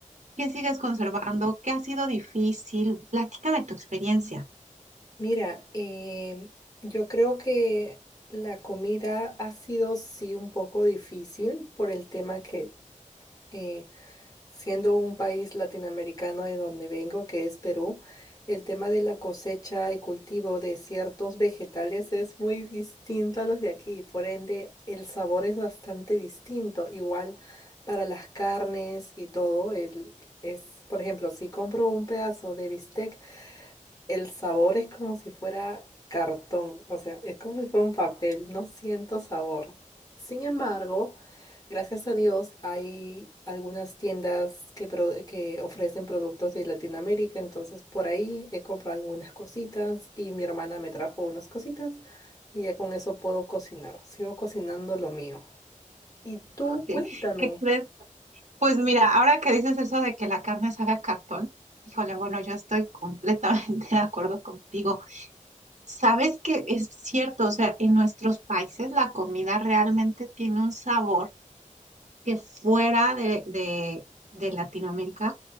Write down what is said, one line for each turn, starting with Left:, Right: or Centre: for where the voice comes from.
Right: qué sigues conservando, qué ha sido difícil. Platícame tu experiencia.
Left: Mira, em, yo creo que la comida ha sido sí un poco difícil por el tema que eh, siendo un país latinoamericano de donde vengo, que es Perú, el tema de la cosecha y cultivo de ciertos vegetales es muy distinto a los de aquí, por ende el sabor es bastante distinto, igual para las carnes y todo, el- es, por ejemplo, si compro un pedazo de bistec, el sabor es como si fuera cartón, o sea, es como si fuera un papel, no siento sabor. Sin embargo, gracias a Dios hay algunas tiendas que, pro- que ofrecen productos de Latinoamérica, entonces por ahí he comprado algunas cositas y mi hermana me trajo unas cositas y ya con eso puedo cocinar, sigo cocinando lo mío. Y tú,
Right: ¿Qué,
Left: cuéntame.
Right: qué crees? Pues mira, ahora que dices eso de que la carne se haga cartón, híjole, bueno, yo estoy completamente <laughs> de acuerdo contigo. Sabes que es cierto, o sea, en nuestros países la comida realmente tiene un sabor que fuera de, de, de Latinoamérica,